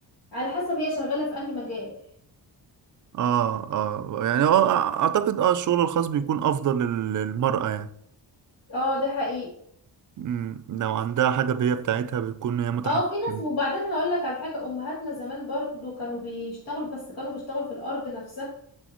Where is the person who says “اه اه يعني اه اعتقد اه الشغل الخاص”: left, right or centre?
Right